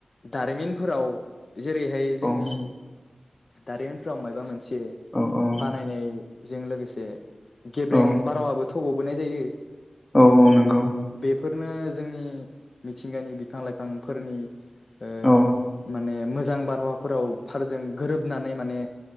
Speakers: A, on the left; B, on the left.
A: दारिमिनफोराव। जेरैहाय जोंनि।
B: औ
A: दारिमनफ्राव मायबा मोन। से
B: औ औ
A: बानायनाय। जों लोगोसे। गेब्रें
B: औ
A: बारहावाबो। थ' ग'बोनाय जायो।
B: औ औ नंगौ
A: बेफोर। ओ जोंनि मिथिंगानि बिफां लाइफांफोरनि ओ
B: औ
A: माने मो जां बारहावाफोराव फारजों गोरोबनानै माने